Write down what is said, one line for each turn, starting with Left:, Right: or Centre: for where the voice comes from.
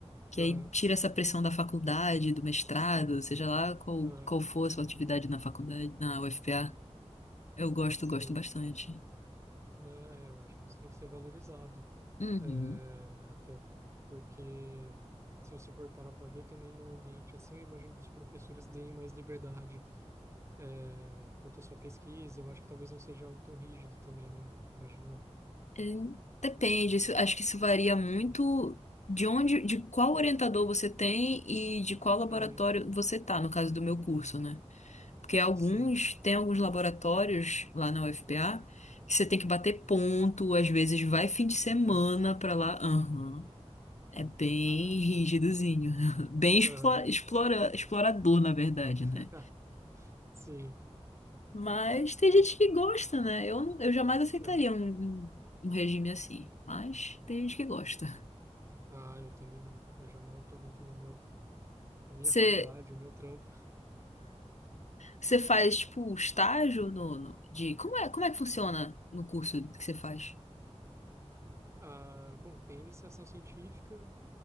Left: que
Right: aham,
Left: aí tira essa pressão da faculdade, do mestrado, seja lá qual,
Right: aham,
Left: qual for a sua atividade na faculdade, na UFPA. Eu gosto,
Right: sim.
Left: gosto bastante.
Right: Não, é, eu acho que isso tem que ser valorizado.
Left: Uhum.
Right: É, até porque, se você for parar para ver, também num ambiente assim, eu imagino que os professores deem mais liberdade é, quanto à sua pesquisa, eu acho que talvez não seja algo tão rígido também, né? Imagino eu.
Left: Hum, Depende, isso- acho que isso varia muito
Right: Hum.
Left: de onde, de qual orientador você tem e de qual laboratório
Right: Uhum.
Left: você tá, no caso do meu curso, né? Porque alguns,
Right: Sim.
Left: tem alguns laboratórios lá na UFPA que você tem que bater ponto, às vezes vai fim de semana
Right: Nossa,
Left: pra lá. Aham. É bem
Right: caracas.
Left: rígidozinho, <laughs> bem explora,
Right: Aham.
Left: explora- explorador, na verdade,
Right: <laughs>
Left: né?
Right: Sim.
Left: Mas tem
Right: O
Left: gente
Right: que...
Left: que gosta, né? Eu, não- eu jamais aceitaria
Right: é.
Left: um, um um regime assim, mas tem gente que gosta.
Right: Ah, eu também não. Eu já mal estou aguentando o meu, a minha
Left: Você
Right: faculdade, o meu trampo.
Left: você faz tipo estágio no, no- de como é, como é que funciona no curso que você faz?
Right: Ah, bom, tem iniciação científica,